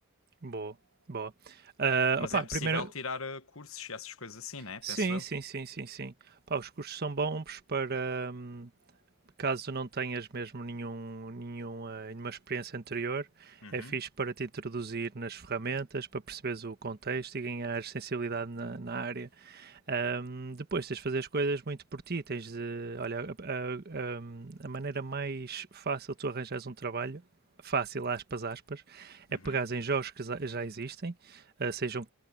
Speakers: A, on the right; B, on the left.
A: Boa, boa. Ah,
B: Mas
A: opa,
B: é possível
A: primeira
B: tirar ah, cursos e essas coisas assim, né?
A: Sim,
B: Penso eu.
A: sim, sim, sim, sim. Pá, os cursos são bons para hum, caso não tenhas mesmo nenhum, nenhum, ah, nenhuma experiência anterior.
B: Uhum,
A: É fixe para te introduzir nas ferramentas, para perceberes o contexto e ganhar sensibilidade na, na área. Um, depois tens de fazer as coisas muito por ti. Tens de. Olha, a, a, a, maneira mais fácil de tu arranjares um trabalho, fácil, aspas, aspas, é
B: uhum,
A: pegares em jogos que já- existem, uh, seja um